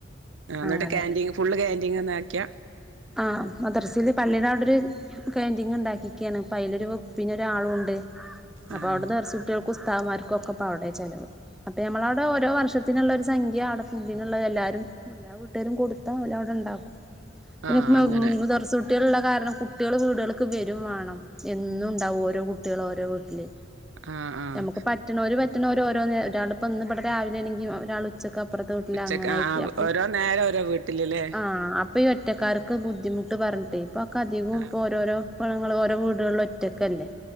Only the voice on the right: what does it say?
ആ എന്നിട്ട്
ക്ന്റീൻ ഫുള്ള് ക്യാൻറീൻങ്ന്ന് ആക്കിയാ
ആഹ്
ആഹ്
അങ്ങനെ
ആഹ് ആഹ്
ഉച്ചക്ക്
ആഹ്
ഓരോ നേരം ഓരോ വീട്ടിലല്ലേ
ആഹ്